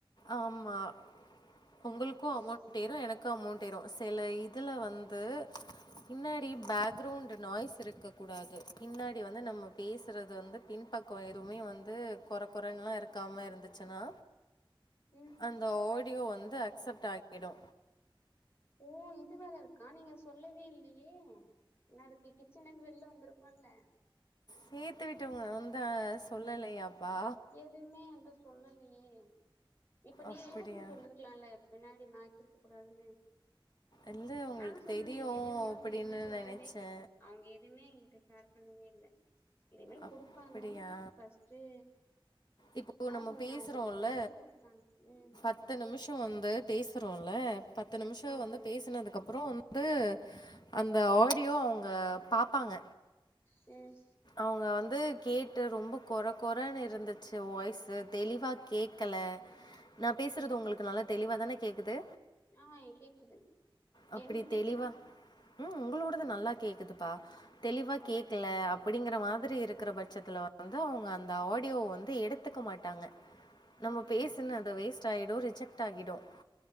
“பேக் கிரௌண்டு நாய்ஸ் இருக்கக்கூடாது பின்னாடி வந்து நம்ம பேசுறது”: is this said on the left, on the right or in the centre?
Left